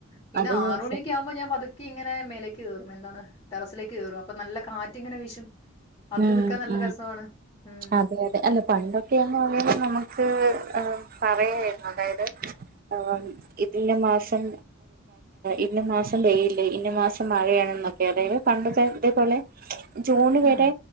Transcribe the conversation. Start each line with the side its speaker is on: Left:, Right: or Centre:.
Left: പിന്നെ
Right: അതെ
Left: ആറ മണിയൊക്കെ
Right: സത്യം
Left: ആകുമ്പോ ഞ പ ഇങ്ങനെ മേലേക്ക് കേറും എന്താണ് ടെറിലേക്ക് കയറും അപ്പൊ നല്ല കാറ്റിങ്ങനെ വീശും അതില്
Right: ഉം
Left: നിക്കാൻ നല്ല
Right: ഉം
Left: രസമാണ് ഉം
Right: അതെ അതെ അ പണ്ടൊക്കെയാന്ന് പറ നമുക്ക് പറയായിരുന്നു അതായത് ആ ഇതിന്റെ മാസം ഇന്ന മാസം വെയല് ഇന്ന മാസം മഴയാണ് ക്കെ അത പണ്ടത്തെ ഇതേപോലെ ജൂണ് വരെ
Left: ഉം